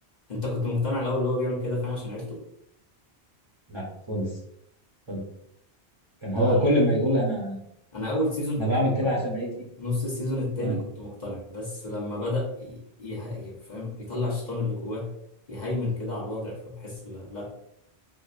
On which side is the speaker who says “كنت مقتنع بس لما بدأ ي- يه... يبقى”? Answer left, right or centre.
Left